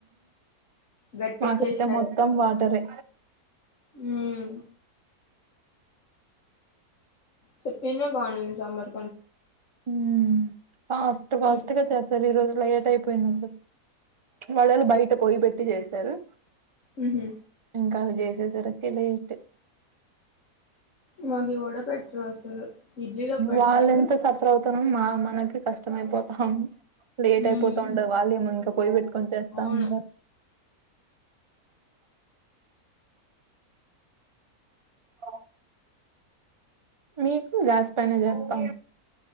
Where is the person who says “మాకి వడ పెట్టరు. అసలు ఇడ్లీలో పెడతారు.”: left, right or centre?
Left